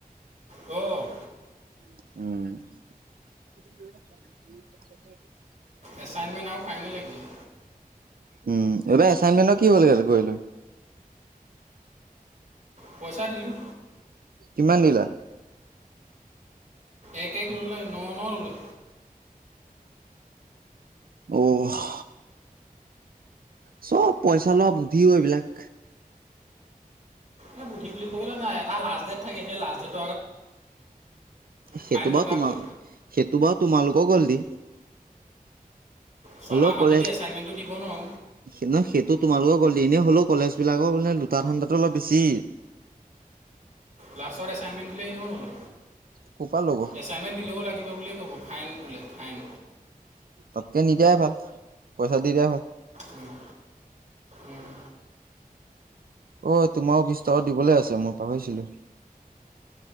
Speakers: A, on the right; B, on the right.
A: অ',
B: উম
A: এছাইনমেণ্ট আৰু ফাইনেল একজাম।
B: উম, এইবাৰ এচাইনমেন্টৰ কি হল গ কৰি লৈ
A: পইচা দিওঁ
B: কিমান দিলা
A: এক এক ৰুলে ন ন ৰুলে
B: অ', চব পইচা লোৱা বুদ্ধিও এইবিলাক
A: এ বুধি বুলি কললে নাই এটা লাষ্ট ডেট থাকে সেই লাষ্ট ডেট।
B: সেইটো
A: ফাইন
B: বা
A: লগাবই
B: তোমাৰ সেইটো বা তোমালোকক গল দি
A: ছমাহত
B: হ'লেও কলে
A: যদি
B: নহ
A: এছাইনমেণ্টটো দিব নোৱাৰোঁ
B: সেইটোত। তোমালোকে কললে এনেই হ'লেও কলেজ বিলাকৰানে লোটা ঠাণ্ডাতো অলপ বেছি।
A: লাষ্টত এছাইনমেণ্ট দিলেই এনেও নলো
B: ক'ৰ পৰা ল'ব,
A: এছাইনমেণ্ট দিলেও লাগিব বুলিয় ক'ব। ফাইন বোলে ফাইন
B: তাতকে নিদিয়াই ভাল পইচা দি দিয়াই ভাল
A: উম উম
B: অ, তোমাক বিছ টকা দিবলৈ আছে মই পাহৰিছিলো।